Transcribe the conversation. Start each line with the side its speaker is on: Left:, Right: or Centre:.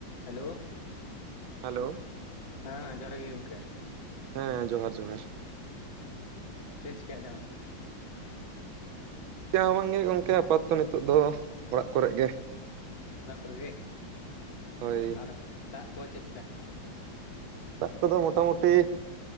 Left: Hello.
Right: ᱦᱟ. ᱞᱚ᱾
Left: ᱦᱟᱸ ᱡᱚᱦᱟᱨ ᱜᱮ ᱜᱚᱝᱠᱮ᱾
Right: ᱦᱮᱸ ᱡᱚᱦᱟᱨ ᱡᱚᱦᱟᱨ᱾
Left: ᱪᱮᱫ ᱪᱤᱠᱟᱭ ᱫᱟᱢ?
Right: ᱪᱤᱠᱟᱹ ᱦᱚᱸ ᱵᱟᱝᱜᱮ ᱜᱚᱝᱠᱮ ᱟᱯᱟᱛᱚ ᱱᱤᱛᱚᱜ ᱫᱚ ᱚᱲᱟᱜ ᱠᱚᱨᱮᱜ ᱜᱮ᱾
Left: ᱚᱲᱟᱜ ᱠᱚᱨᱮ ᱜᱮ,
Right: ᱦᱳᱭ
Left: ᱟᱨ ᱫᱟᱜ ᱠᱚ ᱪᱮᱫ ᱞᱮᱠᱟ?
Right: ᱫᱟᱜ ᱠᱚᱫᱚ ᱢᱚᱴᱟᱢᱩᱴᱤ